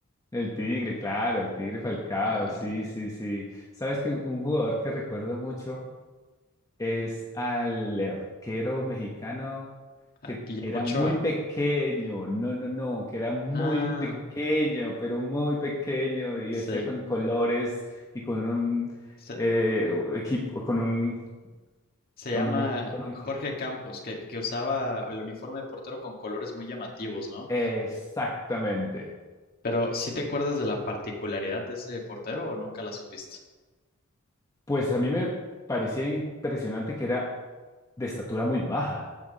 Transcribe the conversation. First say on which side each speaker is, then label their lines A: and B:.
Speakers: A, on the left; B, on the left.
A: El Tigre, claro, el Tigre Falcao,
B: a,
A: sí, sí, sí. ¿Sabes que un jugador que recuerdo mucho es al arquero mexicano
B: a
A: que
B: Guillermo
A: era
B: Ochoa.
A: muy pequeño, no, no, no, que era muy
B: Ah,
A: pequeño, pero muy pequeño y
B: sí.
A: vestía con colores y con un
B: Se,
A: eh, equipo, con un,
B: se
A: con
B: llama
A: un, con un,
B: Jorge Campos, que, que usaba el uniforme de portero con colores muy llamativos, ¿no?
A: exactamente.
B: Pero, ¿sí te acuerdas de la particularidad de ese portero o nunca la supiste?
A: Pues a mí me parecía impresionante que era de estatura muy baja